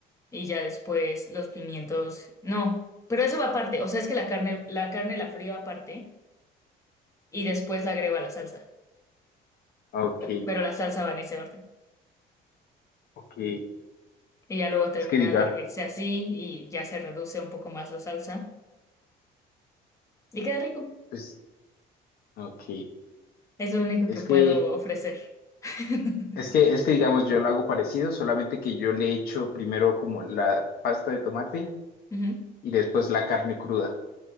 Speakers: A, on the left; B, on the left.
A: y ya después los pimientos, no, pero eso va aparte, o sea, es que la carne, la carne la frío aparte y después la agrego a la salsa,
B: Ok,
A: pe- pero la salsa va en ese orden.
B: ok.
A: Y ya luego termina
B: Es que diga,
A: de hervirse así y ya se reduce un poco más la salsa y queda rico.
B: pues, ok.
A: Es lo único
B: Es
A: que puedo
B: que,
A: ofrecer. <laughs>
B: es que, es que digamos, yo lo hago parecido, solamente que yo le echo primero como la pasta de tomate
A: Ujú.
B: y después la carne cruda.